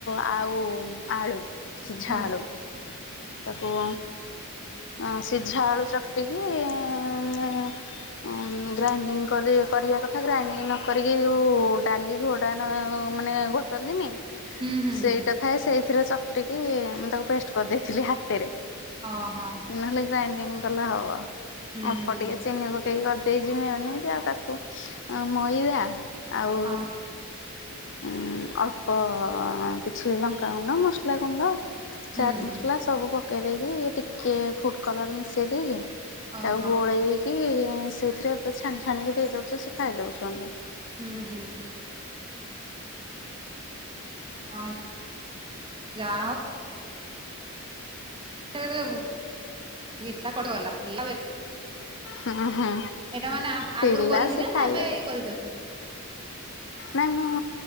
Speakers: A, on the left (about 55°); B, on the right (about 20°).
A: ଆଉ ଆଳୁ ସିଝା
B: ହୁଁ।
A: ଆଳୁ। ତାକୁ ଅଁ ସିଝା ଆଳୁ ଚକଟି କି ମୁଁ ଉଁ ଗ୍ରାଇଣ୍ଡିଙ୍ଗ୍ କରି କରିବା କଥା ଗ୍ରାଇଣ୍ଡିଙ୍ଗ୍ ନ କରିକି ଯୋଉ ଡାଲି ଘୋଡ଼ା ନ ମାନେ ଘୋ ଟନ୍ତିନି
B: ହୁଁ ହୁଁ
A: ସେଇଟା
B: ହୁଁ
A: ଥାଏ ସେଇଥିରେ ଚକଟି କି ମୁଁ ତାକୁ ପେଷ୍ଟ କରିଦେଇଥିଲି ହାତେରେ।
B: ଅହ।
A: ନହେଲେ ଗ୍ରାଇଡିଙ୍ଗ୍ କଲେ ହବ।
B: ହୁଁ
A: ଅଳ୍ପ
B: ହୁଁ
A: ଟିକେ ଚିନି ବ ଇ ଅରଦେଇଚି ମିଓନିଜ୍ ଆ ତାକୁ ଅ ମଇଦା ଆଉ
B: ହଁ।
A: ଉଁ ଅଳ୍ପ କିଛି ଲଙ୍କାଗୁଣ୍ଡ ମସଲାଗୁଣ୍ଡ
B: ହୁଁ
A: ଚାଟ୍
B: ହୁଁ
A: ମସଲା ସବୁ ପକେଇ ଦେଇକି ଟିକେ ଫୁଡ଼୍ କଲର୍ ମିଶେଇ ଦେଇକି
B: ଓହୋ
A: ତାକୁ ଗୋଳେଇକି ସେଇଥିରେ ପେ ଛାଣି ଛାଣିକି ଦେଇ ଦଉଚି ସେ ଖାଇ ଦୋଉଛନ୍ତି।
B: ଉଁ ହୁଁ। ହଁ ଯାହା ହ ଏବେ ହୁଏ ଇଚ୍ଛା କୁଆଡ଼ୁ ଗଲା ସିଏ ଆଉ ଏ
A: ହୁଁ ହୁଁ
B: ଏଟା ମାନେ ଆ
A: ପିଲା
B: ଆଗୁରୁ କରିଥିଲେ
A: ସେ ଖାଇବେ
B: ନାଁ ଏବେ ଇ କରିଚନ୍ତି?
A: ନାଁ ମୁଁ